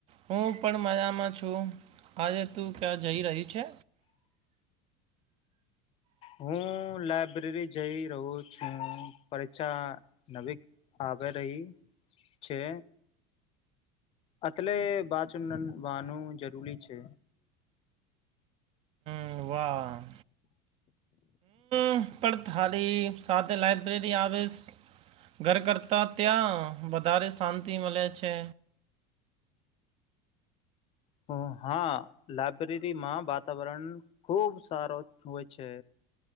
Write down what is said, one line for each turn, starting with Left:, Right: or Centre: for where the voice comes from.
Right: હું પણ મજામાં છું આજે તું ક્યાં જઈ રહી છે
Left: હું લાયબ્રેરી જઈ રહું છું પરીક્ષા નવી આવે રહી છે. અટલે બાજું નવાનું જરૂરી છે.
Right: હમ્મ વાહ હમ્મ પણ થારી સાથે લાઈબ્રેરી આવેશ ઘર કરતાં ત્યાં વધારે શાંતિ મલે છે.
Left: હમ્મ હા લાયબ્રેરીમાં વાતાવરણ ખુબ સારો હોય છે.